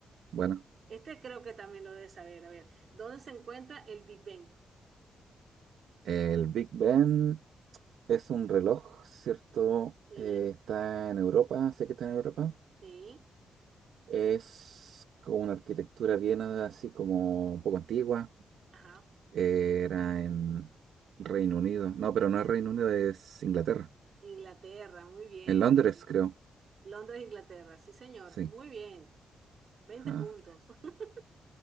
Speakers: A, on the right (about 80°); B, on the right (about 55°).
A: Bueno,
B: Este creo que también lo debes saber. A ver, ¿dónde se encuentra el Big Ben?
A: el Big Ben es un reloj, ¿cierto?
B: Sí,
A: Eh, está en Europa, sé que está en Europa.
B: sí,
A: Es con una arquitectura bien así como un poco antigua.
B: ajá.
A: Era en Reino Unido. No, pero no es Reino Unido, es Inglaterra.
B: Inglaterra, muy bien,
A: En Londres,
B: muy bien.
A: creo.
B: Londres, Inglaterra, sí, señor,
A: Sí.
B: muy bien. veinte
A: Ah,
B: puntos. <laughs>